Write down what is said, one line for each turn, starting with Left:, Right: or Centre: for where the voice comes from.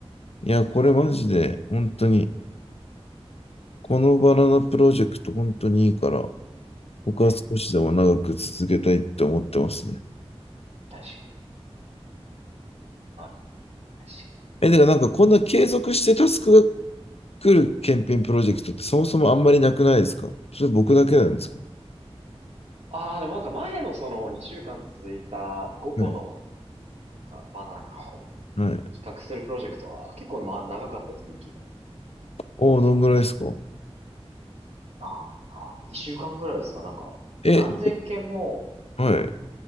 Left: いや、これマジで、本当に、このバナナプロジェクト本当にいいから、僕は少しでも長く続けたいって思ってますね。
Right: ね。ね確かに。まあ、確かに。
Left: え、てかなんかこんな継続してタスクが来る検品プロジェクトってそもそもあんまりなくないですかそれ僕だけなんですか
Right: ああ、でもなんか前のその2週間続いた5個の
Left: はい。
Right: なんかバナナを <laughs>
Left: はい。
Right: 比較するプロジェクトは結構まあ長かったですね、息が。
Left: おお、どんぐらいですか
Right: な、な、2週間ぐらいですかなんか、
Left: え、
Right: 何千件も、
Left: はい。